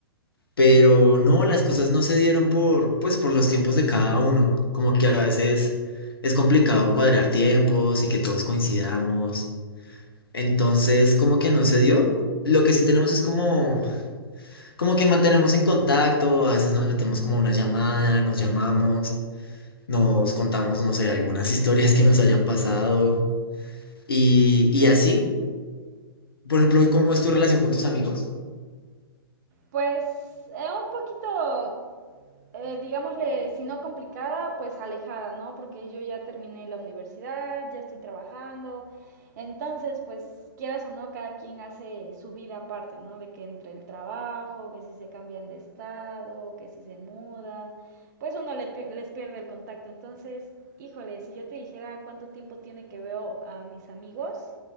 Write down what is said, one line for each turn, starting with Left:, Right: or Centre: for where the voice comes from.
Left: pero no, las cosas no se dieron por, pues, por los tiempos de cada uno, como que a veces es complicado cuadrar tiempos y que todos coincidamos, entonces como que no se dio, lo que sí tenemos es como, como que mantenemos en contacto, a veces nos metemos como una llamada, nos llamamos, nos contamos, no sé, algunas <laughs> historias que nos hayan pasado. Y, y así, Por ejemplo, ¿cómo es tu relación con tus amigos?
Right: Pues eh, un poquito, eh, digámosle, si no complicada, pues alejada, ¿no? Porque yo ya terminé la universidad, ya estoy trabajando, entonces, pues quieras o no, cada quien hace su vida aparte, ¿no? De que entre el trabajo, que si se cambian de estado, que si se mudan, pues uno le pie- les pierde el contacto. Entonces, híjole, si yo te dijera cuánto tiempo tiene que veo a mis amigos